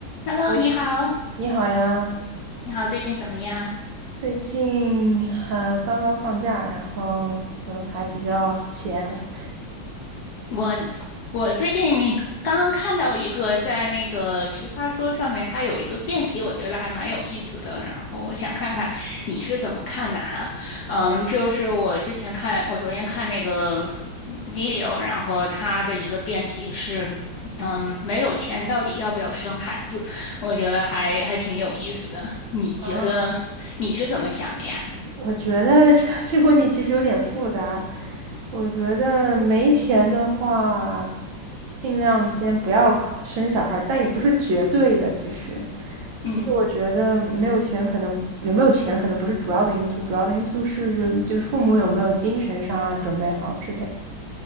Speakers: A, on the left; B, on the right.
A: Hello，
B: h e
A: 你好，
B: 你好呀，
A: 你好，最近怎么样？
B: 最近还刚刚放假，然后就还比较闲。
A: 我我最近你刚刚看到一个在那个奇葩说上面，它有一个辩题，我觉得还蛮有意思的。然后我想看看你是怎么看的哈。嗯，
B: 嗯，
A: 就是我之前看，我昨天看那个 video，然后它的一个辩题是，嗯，没有钱到底要不要生孩子？我觉得还还挺有意思的。你觉得你是怎么想的呀？
B: 啊，我觉得这个这个问题其实有点复杂。我觉得没钱的话，尽量先不要考生小孩儿，但也不是绝对的。其实，
A: 嗯。
B: 其实我觉得没有钱，可能有没有钱可能不是主要的因素，主要的因素是就就是父母有没有精神上啊准备好之类的。